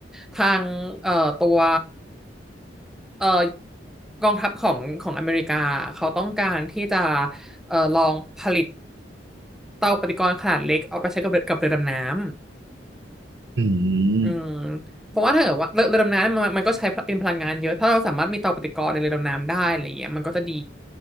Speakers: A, in the centre; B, on the right.
A: ทางเอ่อตัวเอ่อกองทัพของของอเมริกาเขาต้องการที่จะเอ่อลองผลิตเตาปฏิกรณ์ขนาดเล็กเอาไปใช้กับเรือกับเรือดำน้ำ
B: อืม
A: อืมเพราะว่าถ้าเกิดว่าเรือเรือดำน้ำมันมันก็ใช้เป็นพลังงานเยอะ ถ้าเราสามารถมีเตาปฏิกรณ์ในเรือดำน้ำได้อะไรเงี้ยมันก็จะดี